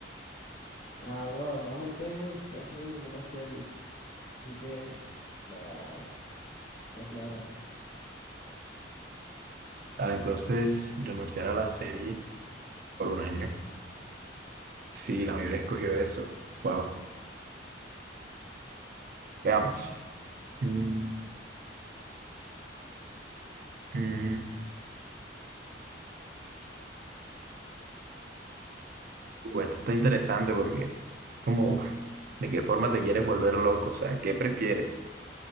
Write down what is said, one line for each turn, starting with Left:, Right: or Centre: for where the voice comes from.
Left: Ah, bro, además ahorita mismo ni siquiera estoy viendo ninguna serie, así que, nada, está clara.
Right: Tal, entonces, renunciar a la serie por un año. Sí, la mayoría escogió eso. Wow. Veamos. Mm, mm. Uh, esto está interesante porque, como, uf, ¿de qué forma te quieres volver loco? O sea, ¿qué prefieres?